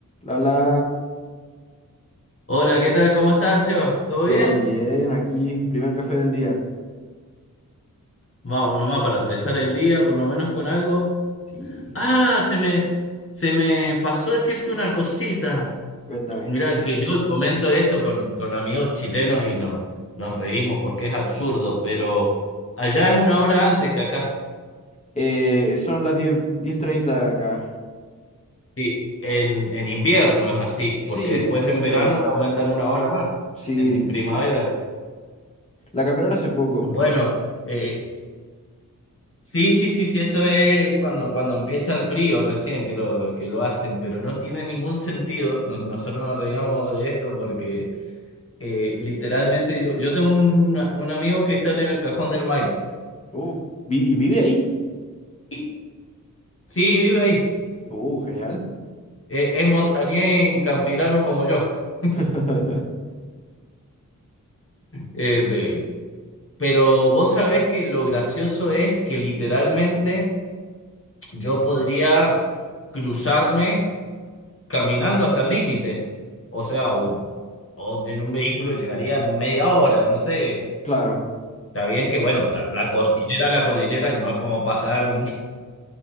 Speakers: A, on the left (about 20°); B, on the left (about 40°).
A: Lala,
B: Hola, ¿qué tal? ¿Cómo estás, Seba? ¿Todo
A: todo
B: bien?
A: bien, aquí, primer café del día.
B: Vamos nomás para empezar el día, por lo menos con algo.
A: Sí,
B: Ah, se me, se me pasó decirte una cosita.
A: cuéntame.
B: Mirá, Mm. que yo comento esto con, con amigos chilenos y no, nos reímos porque es absurdo, pero allá es una hora antes que acá.
A: Eh, son las diez diez treinta acá.
B: Sí, en, en invierno es así,
A: Sí,
B: porque después
A: eso,
B: en verano le aumentan una hora más,
A: sí.
B: en primavera.
A: La cambiaron hace poco.
B: Bueno. eh, Sí, sí, sí, sí, eso es cuando, cuando empieza el frío recién que lo, que lo hacen, pero no tiene ningún sentido. No- Nosotros nos reíamos de esto porque eh, literalmente yo, yo tengo un, un amigo que está en el Cajón del Maipo.
A: Uh, vi- ¿y vive ahí?
B: Y, sí, vive ahí.
A: Uh, genial.
B: E- Es, montañés y campirano como yo. <laughs>
A: <laughs>
B: Eh, de- pero vos sabés que lo gracioso es que literalmente yo podría cruzarme. caminando hasta el límite. O sea, o, o en un vehículo llegaría en media hora, no sé.
A: Claro.
B: Está bien que, bueno, la, la cordillera, la cordillera, y no es como pasar un-